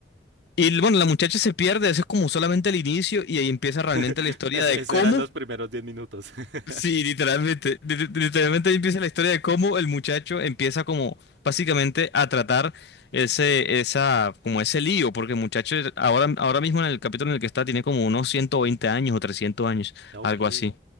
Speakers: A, on the left; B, on the right.
A: Y bueno, la muchacha se pierde, eso es como solamente el inicio y ahí empieza
B: <laughs>
A: realmente la historia
B: Es-
A: de
B: Esos
A: cómo,
B: eran los primeros 10 minutos. <laughs>
A: sí, literalmente, li- li- literalmente ahí empieza la historia de cómo el muchacho empieza como básicamente a tratar ese, esa, como ese lío, porque el muchacho ahora, ahora mismo en el capítulo en el que está tiene como unos 120 años o 300 años,
B: Ok.
A: algo así.